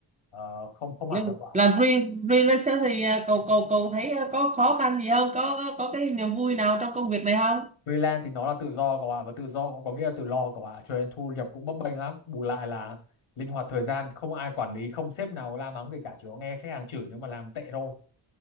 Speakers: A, on the left; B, on the right.
A: Ờ, không không
B: nếu
A: hẳn đâu ạ
B: làm freelancer freelancer thì à, cậu cậu cậu thấy à, có khó khăn gì không có có có cái niềm vui nào trong công việc này không
A: freelance thì nó là tự do cậu ạ và tự do cũng có nghĩa là tự lo cậu ạ cho nên thu nhập cũng bấp bênh lắm bù lại là linh hoạt thời gian không ai quản lý không sếp nào la mắng gì cả chỉ có nghe khách hàng chửi nếu mà làm tệ thôi